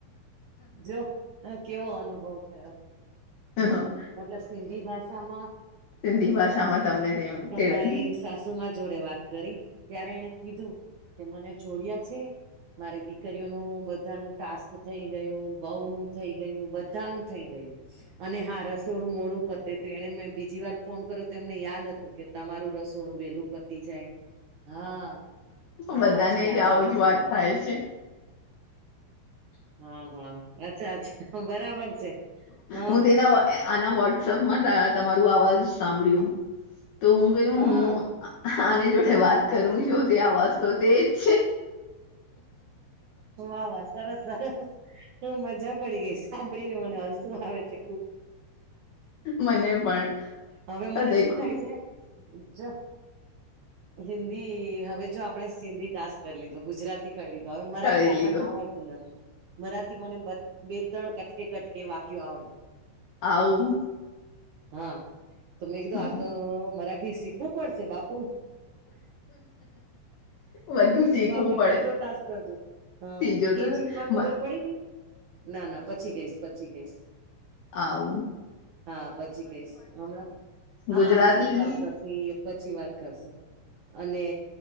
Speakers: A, on the right; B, on the left.
A: જો કેવો અનુભવ થયો- -
B: હા હા.
A: મતલબ સિંધી ભાષામાં-
B: સિંધી ભાષામાં
A: -
B: તમને તે
A: તમારી
B: તેડ
A: સાસુ માં જોડે વાત- - કરી ત્યારે એને કીધું કે મને જોડયા છે. મારી દીકરીઓનું બધા ન ટાસ્ક થઈ ગયું બહું નું- - થઈ ગયું બધા નું થઈ ગયું અને હ રસ- - થોડું મોડું પતે તો એણે મેં બીજી વાર ફોન કરો તો એમને યાદ હતું કે તમારું રસોડું વેલું પતી જાય. હા હા
B: બધાને
A: માસી યાદ
B: જ આવું
A: આવે
B: જ
A: છે
B: વાત
A: બરાબર.
B: થાય છે
A: હા હા અચ્છા અચ્છા બરાબર છે. હા
B: હું તેના આના વોટ્સઅપમાં તમારું અવાજ સાંભળ્યું. તો હું ગું
A: હા
B: હું આને જોડે વાત- - કરું જો તે આવાજ તો તેજ છે.
A: વા વાહ સરસ સરસ હ મજા પડી ગઈ સાંભળી ને મને શું આવે છે.
B: મને પણ
A: હા હવે મને
B: દેખો
A: શું થાય છે? જો હિન્દી હવે જો આપણે સિંધી ટાસ્ક કરી લીધું ગુજરાતી- - ક લીધ હવે મરાઠ
B: કરી
A: આપણને
B: લીધો
A: આવડતું નથી. મરાથી મને બે ત્રણ કટકી કટકી વાક્યો આવડે.
B: આવું
A: હા તો મેં કીધું
B: હમ.
A: આ તો મરાઠી શીખવું પડશે બાપુ.
B: બધું શીખવું
A: તો આપડે
B: પડે
A: ત્રીજો ટાસ્ક કરજો? હા
B: ત્રીજો
A: કેજીનમાં
B: તો
A: ખબર
B: મ-
A: પડી ગઈ ના ના પછી કઈશ પછી કઈશ.
B: આવ.
A: હા પછી કઈશ હમણાં હા
B: ગુજરાતી
A: પછી વાત કરશું એ પછી વાત કરશું. અને